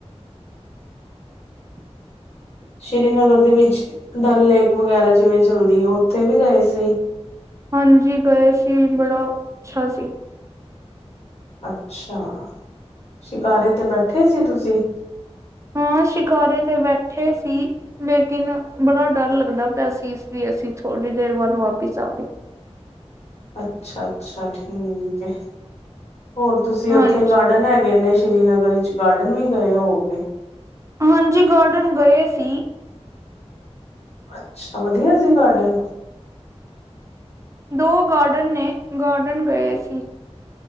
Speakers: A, on the right; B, on the left.
A: <unintelligible>
B: ਸ਼੍ਰੀਨਗਰ ਦੇ ਵਿੱਚ ਡਲ ਲੇਕ ਵਗੈਰਾ ਜਿਵੇਂ ਚਲਦੀ ਉੱਥੇ ਵੀ ਗਏ ਸੀ?
A: ਹਾਂਜੀ ਗਏ ਸੀ, ਬੜਾ ਓ, ਅੱਛਾ ਸੀ।
B: ਅੱਛਾ! ਸ਼ਿਕਾਰੇ ਤੇ ਬੈਠੇ ਸੀ ਤੁਸੀਂ?
A: ਹਾਂ, ਸ਼ਿਕਾਰੇ ਤੇ ਬੈਠੇ ਸੀ। ਲੇਕਿਨ ਬੜਾ ਡਰ ਲੱਗਦਾ ਪਿਆ ਸੀ, ਇਸ ਲਈ ਅਸੀਂ ਥੋੜੀ ਦੇਰ ਬਾਅਦ ਵਾਪਿਸ ਆ ਗਏ।
B: ਅੱਛਾ-ਅੱਛਾ, ਠੀਕ ਏ, ਹੋਰ ਤੁਸੀਂ
A: ਹਾਂਜੀ
B: ਉੱਥੇ ਗਾਰਡਨ ਹੈਗੇ ਨੇ ਸ਼੍ਰੀਨਗਰ ਵਿੱਚ, ਗਾਰਡਨ ਵੀ ਗਏ ਹੋਗੇ?
A: ਹਾਂਜੀ, ਗਾਰਡਨ ਗਏ ਸੀ।
B: ਅੱਛਾ, ਵਧੀਆ ਸੀ ਗਾਰਡਨ?
A: ਦੋ ਗਾਰਡਨ ਨੇ, ਗਾਰਡਨ ਗਏ ਸੀ।